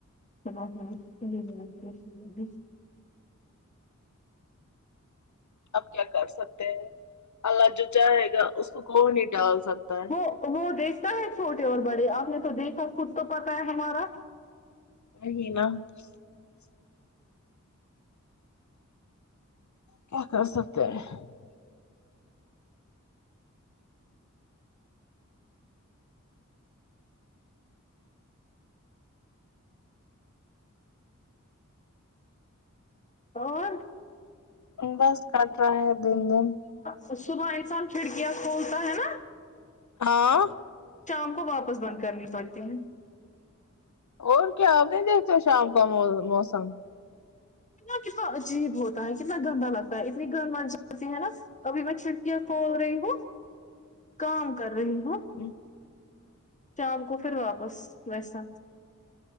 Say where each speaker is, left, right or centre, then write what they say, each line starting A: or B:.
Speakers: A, on the left; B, on the left.
A: ہ ہ ب
B: اب کیا کر سکتے ہیں اللہ جو چاہے گا اس کو کو نہیں ڈال سکتا ہے
A: وہ وہ دس ہے چھوٹے اور بڑے آپ نے تو دیکھا خود تو پتا ہے ہمارا
B: ہے ہی نا <unintelligible> کیا کر سکتے ہیں <unintelligible>
A: اور
B: بس کٹ رہا ہے دن دن
A: تو صبح انسان چھڑکیا کھولتا ہے نا
B: ہاں
A: شام کو واپس بند کرنی پڑتی ہیں
B: اور کیا آپ نہیں شام کا موسم
A: ا کتنا عجیب ہوتا ہے کتنا گندا لگتا ہے اتنی گند م جی ہے نا ابھی میں چھڑکیاں کھول رہی ہوں کام کر رہی ہوں
B: ہی <unintelligible>
A: شام کو پ واپس ویس تو